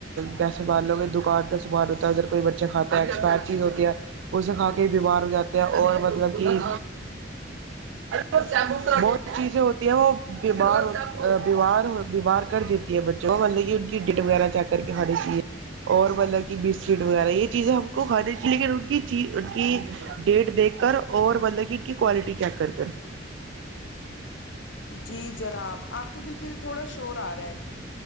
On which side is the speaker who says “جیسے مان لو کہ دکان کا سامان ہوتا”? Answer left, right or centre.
Right